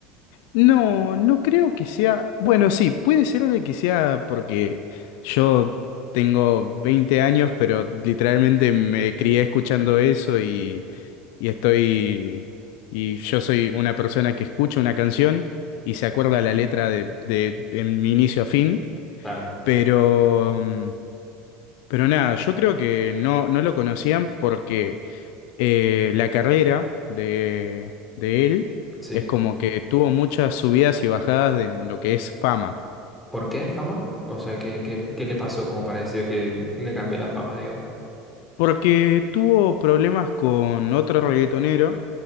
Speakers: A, on the left; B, in the centre.
A: No, no creo que sea. Bueno, sí, puede ser de que sea porque yo tengo 20 años, pero literalmente me crié escuchando eso y, y estoy. Y yo soy una persona que escucha una canción y se acuerda la letra de, de, en mi inicio a fin.
B: Claro,
A: Pero. mm, Pero nada, yo creo que no, no lo conocían porque eh, la carrera de, de él
B: sí.
A: es como que tuvo muchas subidas y bajadas en lo que es fama.
B: ¿Por qué fama? O sea, ¿qué, qué, qué le pasó como para decir que le cambió la fama, digamos?
A: Porque tuvo problemas con otro reggaetonero,